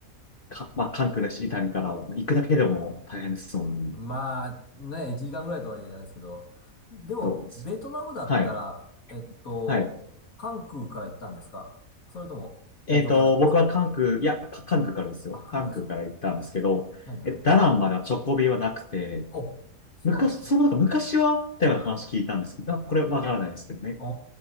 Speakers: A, on the left (about 45°); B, on the left (about 80°).
A: あ、か、まあ、関空だし、伊丹から、まあ行くだけでも大変ですもんね。
B: <laughs> まあ、ね、1時間ぐらいとはいえあれですけど、でも、
A: どうです
B: ベトナムだったら、
A: はい、
B: えっと、
A: はい。
B: 関空から行ったんですかそれとも、
A: えっと、
B: 東京から行ったんですか
A: 僕は関空、いや、か関空からですよ。
B: あ、関空ですか
A: 関空から行ったんですけど、
B: はいはい。
A: え、ダナンまでは直行便はなくて、
B: お、そうなんですね。
A: 昔、それもなんか昔はあったような話聞いたんですけど、これわからないですけどね。
B: お